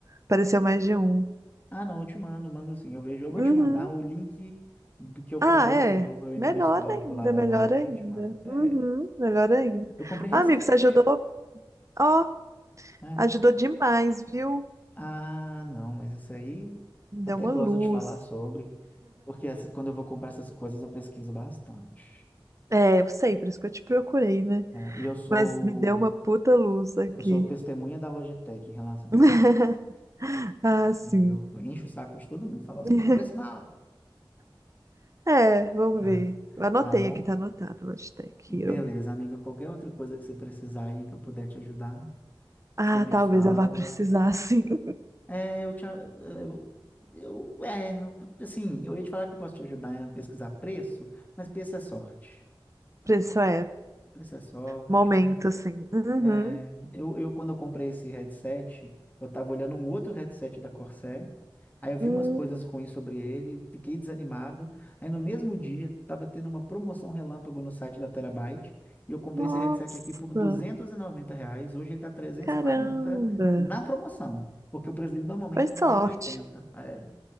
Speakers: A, on the right; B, on the left.
A: apareceu mais de um.
B: Ah, não, eu te mando, mando sim, eu vejo, eu vou
A: Uhum.
B: te mandar o link do que eu comprei
A: Ah, é.
B: o meu, eu entro
A: Melhor
B: no histórico
A: ainda,
B: lá da
A: melhor
B: loja
A: ainda.
B: e te mando. É,
A: Uhum, melhor ainda.
B: eu comprei recente.
A: Ah, amigo, você ajudou? Ó,
B: né?
A: ajudou demais, viu?
B: Ah, não, mas isso aí
A: Me
B: até
A: deu uma
B: gosto
A: luz.
B: de falar sobre, porque essa- quando eu vou comprar essas coisas eu pesquiso bastante.
A: É, eu sei, por isso que eu te procurei, né?
B: É, e eu sou
A: Mas me deu uma puta luz aqui.
B: eu sou testemunha da Logitech em relação a
A: <laughs>
B: esse mouse.
A: Ah,
B: Enfim,
A: sim.
B: eu encho o saco de todo mundo, falo, você
A: <laughs>
B: tem que comprar esse mal.
A: É, vamos
B: Ah,
A: ver. Eu Anotei
B: tá bom?
A: aqui, tá anotado, hashtag
B: Beleza,
A: Hero.
B: amiga, qualquer outra coisa que você precisar aí que eu puder te ajudar,
A: Ah,
B: você me
A: talvez
B: fala.
A: eu vá precisar, sim. <laughs>
B: É, eu te a- eu, eu é, assim, eu ia te falar que eu posso te ajudar a pesquisar preço, mas preço é sorte.
A: Isso é,
B: Essa é sorte.
A: momento, sim. Uhum.
B: É, eu, eu, quando eu comprei esse headset, eu tava olhando um outro headset da Corsair. Aí eu vi
A: Hum,
B: umas coisas ruins sobre ele, fiquei desanimado. Aí no mesmo dia, tava tendo uma promoção relâmpago no site da Terabyte. E eu comprei
A: nossa,
B: esse headset aqui por 290 reais. Hoje ele tá trezentos
A: caramba.
B: e quarenta na promoção. Porque o preço dele normalmente
A: Foi
B: é
A: sorte,
B: 380. É,